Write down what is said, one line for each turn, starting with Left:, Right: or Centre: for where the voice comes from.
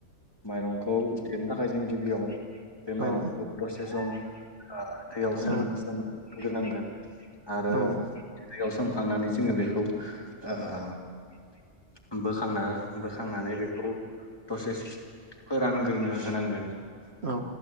Left: माइरंखौ देनो थाखाय जों गिबियाव बे माइरंखौ
Right: औ
Left: दसे सम ओ दैयाव
Right: औ
Left: सोम सोमग्रोनांगोन आरो
Right: नंगौ
Left: दैयाव सोमखांनानै जोङो बेखौ ओ बोखांना बोखांनानै बेखौ दसे फोरानग्रोनो होनांगोन।
Right: औ।